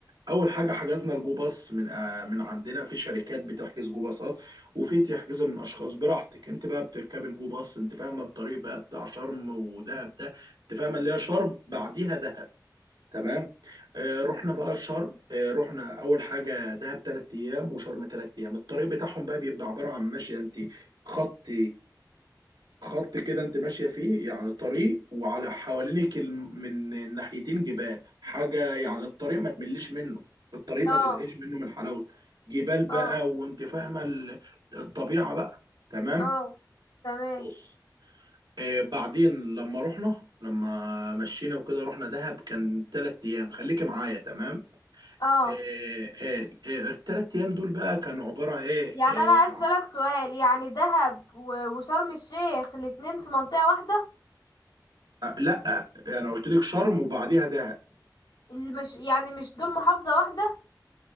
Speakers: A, on the right; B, on the left.
A: اول حاجه حجزنا الجو باص من آه من عندنا في شركات بتحجز جو باصات وفي تحجزها من اشخاص براحتك انت بقى بتركب الجو باص انت فاهمه الطريق بقى بتاع شرم ودهب ده انت فاهمه اللي هي شرم بعديها دهب تمام آه
B: مم.
A: رحنا بقى شرم آه رحنا اول حاجه دهب ثلاث ايام وشرم ثلاث ايام الطريق بتاعهم بقى بيبقى عباره عن ماشيه انت خط خط كده انت ماشيه فيه يعني طريق وعلى حوالينك الم- من الناحيتين جبال حاجه يعني الطريق ما تمليش منه الطريق
B: اه
A: ما تزهقش منه من حلاوته جبال بقى
B: اه
A: وانت فاهمه ال- الطبيعه بقى تمام
B: اه تمام
A: بص آه بعدين لما رحنا لما مشينا وكده رحنا دهب كان ثلاث ايام خليكي معايا تمام
B: اه
A: آه، آه، آه، الثلاث ايام دول بقى كانوا عباره ايه
B: يعني انا عايز
A: آه،
B: اسألك سؤال يعني دهب و- وشرم الشيخ الاتنين في منطقة واحدة
A: آه، لا آه، انا قلت لك شرم وبعديها دهب
B: اللي مش يعني مش دول محافظة واحدة